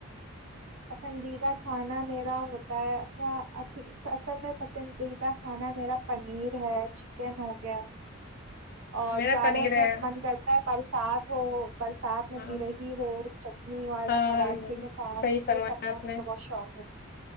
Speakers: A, on the right; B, on the left.
A: پسندیدہ کھانا میرا ہوتا ہے اچھا اص اصل میں پسندیدہ کھانا میرا پنیر ہے چکن ہو گیا اور
B: میرا
A: جاڑوں
B: پنیر
A: میں
B: ہے
A: من کرتا ہے برسات ہو برسات اس میں
B: ہاں
A: بری ہو چٹنی والا
B: ہاں
A: پراٹھے کے ساتھ
B: صحیح فرمایا
A: یہ سب کھانے
B: آپ نے
A: کا بہت شوق ہے